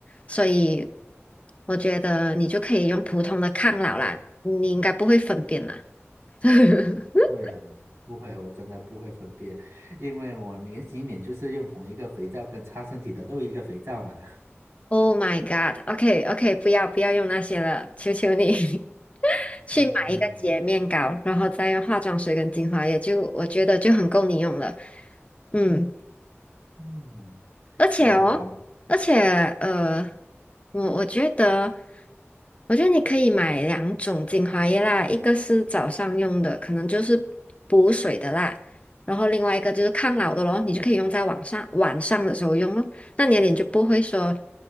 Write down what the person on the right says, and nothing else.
不会啊，不会，我真的不会分辨，因为我连洗脸就是用同一个肥皂跟擦身体的都一个肥皂嘛。<laughs>
嗯嗯
嗯，
明白。